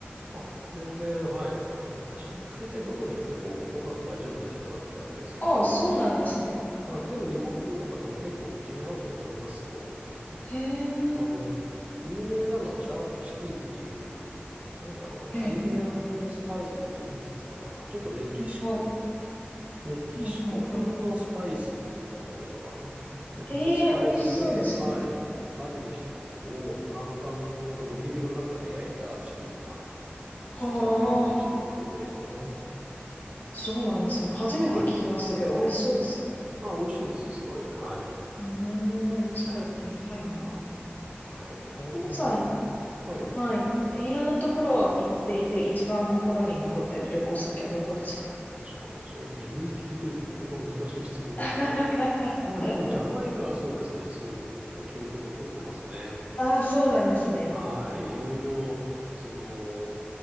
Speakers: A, on the right; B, on the left.
A: あ、全然、はい。私、大体どこに行ってもご飯大丈夫な人なんであれですけど、
B: ああ、そうなんですね。
A: はい。でも日本人の方も結構口に合うと思いますよ。
B: へえ、
A: あの、有名なのはジャークチキンっていう、なんだろうな、カリビアン風のスパイスってイメージつくかな。
B: ええ、
A: ちょっとメキシコ
B: あ、は
A: メキシコ風のスパイスって言った方がいいのかな。
B: いはいはい。
A: ミックススパイスで、
B: ええ、美味しそうですね。
A: はい、マリネしたものをドラム缶の置き火の中で焼いたチキンが、ジャマイカで一番有名かな。
B: はあ。そうなんですね。初めて聞きましたけど、
A: はい。
B: 美味しそうですね。
A: まあ、美味しいですよ、すごい。はい。
B: うーん、いつか行ってみたいな。
A: はい、なかなかね。
B: ひみさん、
A: はい。
B: はい。いろんなところ行っていて、一番心に残ってる旅行先はどこですか
A: 確かに、そう、自分で聞いといて、なかなか難しい質問ですね。
B: <laughs>
A: まあでも、ジャマイカはそうですね。すごい、やっぱ記憶に残ってますね。
B: ああ、そうなんですね。
A: はい。いろいろ、その、